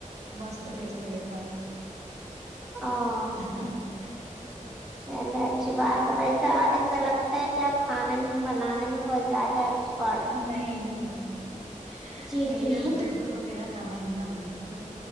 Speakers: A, on the right; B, in the centre.
A: مست ٹیسٹ رہتا ہے
B: آں
A: ہی ہی ہی۔۔۔۔
B: چلو اچھی بات ہے ویسا ایسا لگتا ہے کہ آپ کھانے میں بنانے میں بہت زیادہ سپوٹ
A: نہیں نہیں
B: جی
A: میرے
B: جی
A: ہسبینڈ کو تو میرا کھانا نہیں پسند